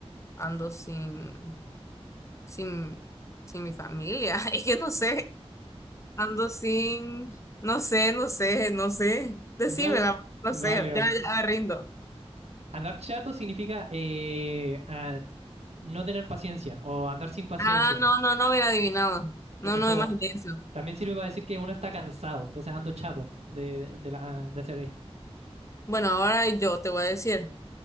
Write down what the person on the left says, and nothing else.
ando sin. sin, sin mi familia. <laughs> Es que no sé, ando sin, no sé, no sé, no sé. Decímela,
no
sé,
ya, ya me rindo.
Ah, no, no, no hubiera adivinado. No,
no,
imaginé eso.
Bueno, ahora yo te voy a decir,